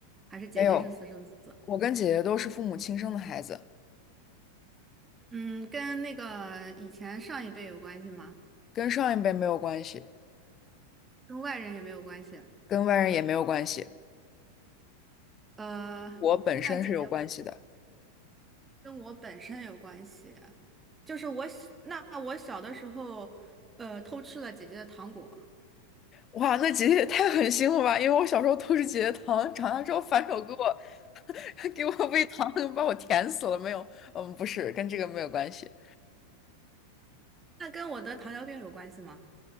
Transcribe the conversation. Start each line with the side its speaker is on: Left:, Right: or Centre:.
Right: 还是姐姐是私生子？
Left: 没有，嗯我跟姐姐都是父母亲生的孩子，
Right: 嗯，跟那个以前上一辈有关系吗？
Left: 跟上一辈没有关系，
Right: 跟外人也没有关系。
Left: 跟外人也没有关系，
Right: 呃，
Left: 我本身是有关系的。
Right: 那姐姐为什么跟我本身有关系，就是我小那我小的时候，呃，偷吃了姐姐的糖果，
Left: 哇，那姐姐也太狠心了吧！因为我小时候偷吃姐姐糖，长大之后反手给我 <laughs> 给我喂糖，把我甜死了。没有，嗯，不是，跟这个没有关系。
Right: 那跟我得糖尿病有关系吗？